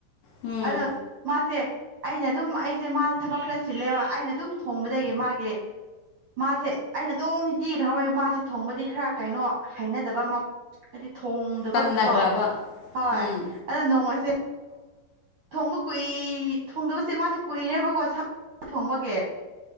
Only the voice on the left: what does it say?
ꯎꯝ ꯎꯝ
ꯇꯟꯂꯈ꯭ꯔꯕ
ꯎꯝ